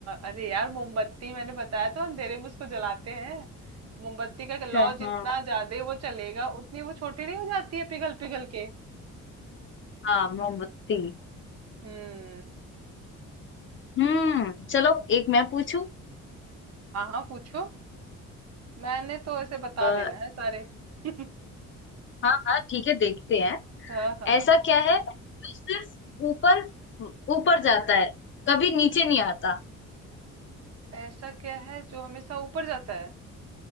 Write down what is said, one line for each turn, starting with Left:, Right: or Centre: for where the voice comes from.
Right: अरे यार मोमबत्ती मैंने बताया था अंधेरे में उसको जलाते हैं मोमबत्ती का
Left: अच्छा
Right: लौ जितना
Left: हाँ
Right: ज्यादा वो चलेगा उतनी वो छोटी नहीं हो जाती है पिघल पिघल के
Left: हाँ मोमबत्ती
Right: हम्म
Left: हम्म चलो एक मैं पूछूं
Right: हाँ हाँ पूछो मैंने तो ऐसे बता
Left: अ,
Right: देना है सारे <laughs>
Left: हाँ हाँ ठीक है देखते हैं
Right: हाँ हाँ
Left: ऐसा क्या है जो सिर्फ ऊपर ऊपर जाता है कभी नीचे
Right: हाँ।
Left: नहीं आता
Right: ऐसा क्या है जो हमेशा ऊपर जाता है